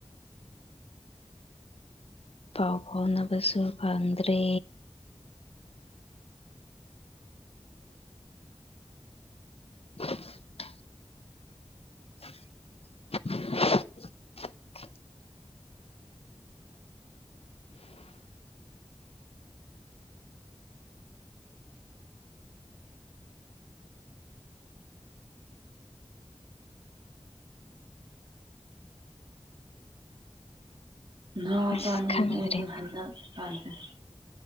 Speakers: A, on the left (about 65°); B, on the right (about 50°).
A: ꯄꯥꯎ ꯐꯥꯎꯅꯕꯁꯨ ꯐꯪꯗ꯭ꯔꯦ <unintelligible> <unintelligible>
B: ꯥ
A: ꯑꯁ
B: ꯆꯥꯅꯤꯡꯉꯤ
A: ꯈꯪꯗ꯭ꯔꯦ
B: ꯑꯩꯗꯤ ꯍꯟꯗꯛ ꯄꯥꯖꯩ